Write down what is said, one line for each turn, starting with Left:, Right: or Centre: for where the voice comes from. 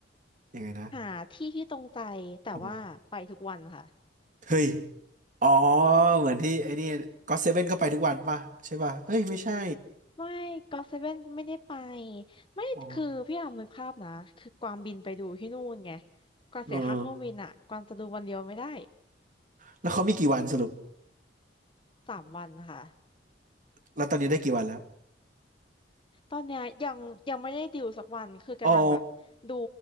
Right: ยังไงนะ
Left: หาที่ที่ตรงใจแต่ว่าไปทุกวันค่ะ
Right: อ๋อเฮ้ยอ๋อเหมือนที่ไอ้นี่ก็เซเว่นก็ไปทุกวันป่ะใช่ป่ะเอ้ยไม่ใช่
Left: ไม่ก็เซเว่นไม่ได้ไปไม่คือพี่อามนึกภาพนะคือกวางบินไปดูที่นู่นไง
Right: อ๋อ
Left: กวางเสียค่าเครื่องบินอ่ะกวางจะดูวันเดียวไม่ได้
Right: เออ แล้วเขามีกี่วันสรุป
Left: สามวันค่ะ
Right: แล้วตอนนี้ได้กี่วันแล้ว
Left: ตอนเนี้ยยังยังไม่ได้ดิวสักวันคือกำลังแบบดู
Right: อ๋อ